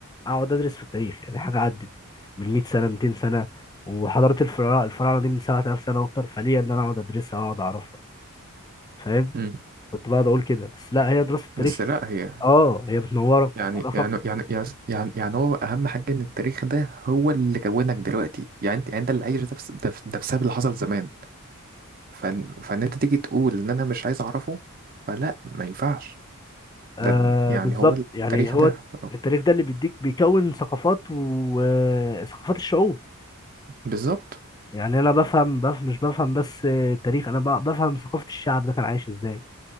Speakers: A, on the left; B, on the right.
A: أقعد أدرس في التاريخ يعني حاجة عدت من 100 سنة 200 سنة وحضارة الفراعنة الفراعنة دي من 7000 سنة وأكتر فليه إن أنا أقعد أدرسها وأقعد أعرفها فاهم
B: امم
A: كنت بقعد أقول كده بس لا هي دراسة التاريخ
B: بس لا هي
A: أه هي بتنورك
B: يعني
A: وبتعرفك
B: يعني يعني يعني يعني يعني هو اهم حاجه ان التاريخ ده هو اللي كونك دلوقتي يعني انت يعني انت اللي عايش ده بس- ده ده بسبب اللي حصل زمان فان, فإن انت تيجي تقول ان انا مش عايز اعرفه فلا ما ينفعش
A: آه
B: ده يعني
A: بالظبط
B: هو التاريخ
A: يعني هو
B: ده
A: التاريخ ده اللي بيديك بيكون ثقافات وثقافات الشعوب
B: بالظبط
A: يعني انا بفهم بف مش بفهم بس التاريخ انا ب- بفهم ثقافة الشعب ده كان عايش ازاي